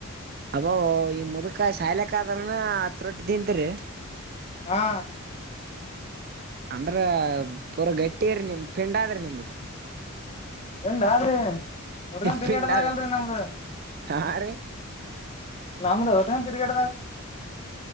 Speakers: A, on the right (about 45°); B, on the left (about 30°).
A: ಅಬ ಈ ಮುದಕ ಶಾಯಿಲೆಕ್ ಆದ್ರನ ಹತ್ರ ರೊಟ್ಟ ತಿಂತರಿ
B: ಹಾ
A: ಅಂದ್ರ ಪೂರ ಗಟ್ಟಿರಿ ನಿಮ ಪಿಂಡಾದ್ರಿ ನಿಮ್ದ
B: ಎಂಡ ಅ ರೀ ಹೊದಕ ತಿರ್ಗಾಡದ
A: ಪಿಂಡ ಆದ್ರಿ
B: ಆಗಲ್ರಿ ನಮ್ದ
A: ಹಾ ರೀ
B: ನಮ್ದ ಹೊರ್ಕ ತಿರ್ಗಾ